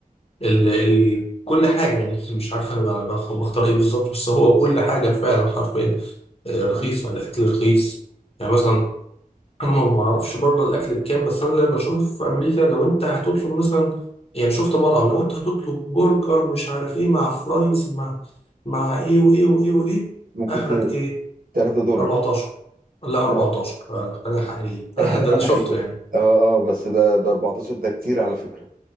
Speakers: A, on the left; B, on the right.
A: ال... ال... كل حاجة يعني مش عارف أنا بقى- بخ- بختار إيه بالظبط بس هو كل حاجة فعلا حرفيا آه، رخيصة
B: أيوة.
A: الأكل رخيص يعني مثلا أنا ما ما أعرفش بره الأكل بكام بس أنا اللي بشوف في أمريكا لو أنت هتطلب مثلا يعني شفت مطعم لو أنت هتطلب برجر مش عارف إيه مع فرايز مع مع إيه وإيه وإيه وإيه
B: ممكن
A: آخرك
B: ت-
A: إيه
B: 3 دولار
A: 14 لا
B: لا
A: 14 آه، خلينا حقيقيين <laughs>
B: <laughs>
A: ده اللي شفته
B: أيوه
A: يعني
B: أه أه بس ده ده 14 ده كتير على فكرة